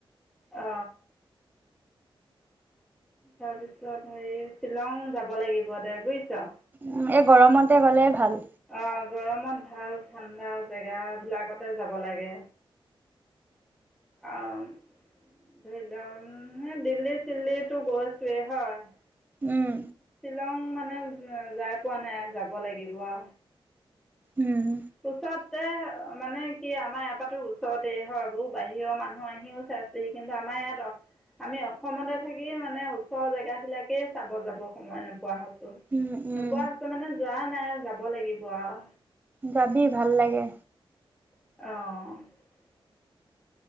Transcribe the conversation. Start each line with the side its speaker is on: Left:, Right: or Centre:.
Centre: অ। তাৰ পিছত হেৰি শ্বিলং যাব লাগিব দে বুইছ।
Right: উম, এই গৰমতে গ'লে ভাল।
Centre: অঁ গৰমত ভাল ঠাণ্ডা জেগাবিলাকতে যাব লাগে। অ', ধৰি ল দিল্লী চিল্লীটো গৈছোৱেই হয়।
Right: উম
Centre: চিলং মানে উ যাই পোৱা নাই যাব লাগিব আ।
Right: উম
Centre: উচত তে মানে কি আমাৰ ইয়াৰপাতো ওচৰতেই হয় বৌ বাহিৰৰ মানুহ আহিও চাইচেহি কিন্তু আমাৰ ইয়াত আমি অসমতে থাকি মানে ওচৰৰ জেগাবিলাকেই চাব যাব সময় নোপোৱা হ
Right: উম
Centre: নোপোৱা
Right: উম
Centre: হৈছে মানে যোৱা নাই যাব লাগিব আৰু।
Right: যাবি ভাল লাগে।
Centre: অ'